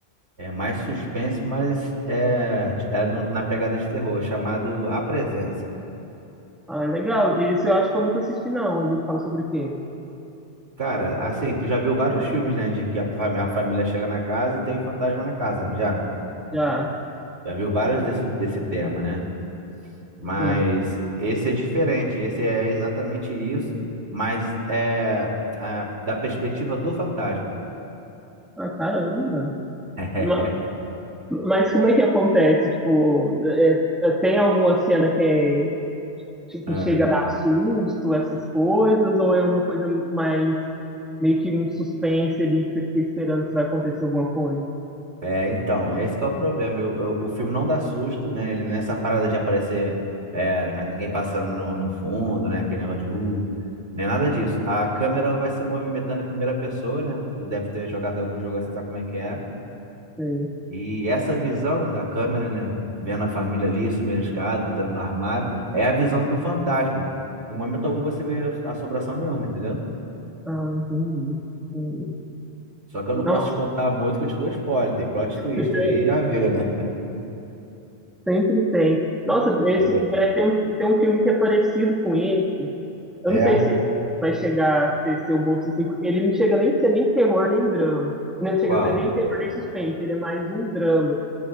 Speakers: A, on the right (about 75°); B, in the centre.
A: É mais suspense, mas é, é no- na pegada de terror, chamado A Presença.
B: Ah, é legal. Esse eu acho que eu nunca assisti, não. Ele fala sobre o quê?
A: Cara, assim, tu já viu vários filmes, né? De que a, fami- a família chega na casa e tem o fantasma na casa, não já?
B: Já,
A: Já viu vários desse, desse tema, né? Mas
B: sim.
A: esse é diferente, esse é exatamente isso, mas é a- da perspectiva do fantasma.
B: Ah, caramba.
A: <laughs>
B: Ma- Mas, como é que acontece? Tipo, é- é- tem alguma cena que, é, que
A: Ah,
B: chega a dar susto, essas coisas, ou é uma coisa mais meio que um suspense ali que você fica esperando se vai acontecer alguma coisa.
A: é, então, é esse que é o problema. Eu- eu- o filme não dá susto, né? Ele nessa parada de aparecer é, na- ninguém passando no, no fundo, né? Aquele negócio de uh, nem nada disso. A câmera ela vai se movimentando em primeira pessoa, né? Tu deve ter jogado algum jogo assim, sabe como é que é?
B: Sei.
A: E essa visão da câmera, né? Vendo a família ali, subindo a escada, entrando no armário, é a visão do fantasma. Em momento algum você vê assombração nenhuma, entendeu?
B: Ah, entendi. entendi.
A: Só que
B: Nossa,
A: eu não posso te contar muito que eu te dou spoiler. Tem plot twist,
B: <laughs>
A: aí já viu, né?
B: sempre tem. Nossa, esse
A: É.
B: é, tem, um, tem um filme que é parecido com esse. Eu
A: É.
B: não sei se esse vai chegar a ser seu gosto assim, porque ele não chega nem a ser nem terror nem drama. Não chega
A: Qual?
B: a ser nem terror nem suspense, ele é mais um drama.